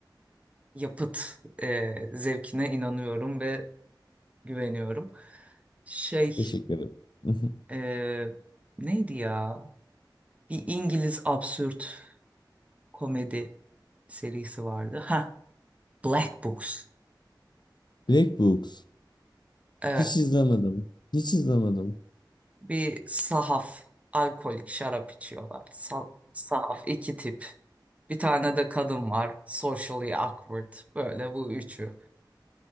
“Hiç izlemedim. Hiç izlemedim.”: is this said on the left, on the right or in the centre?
Left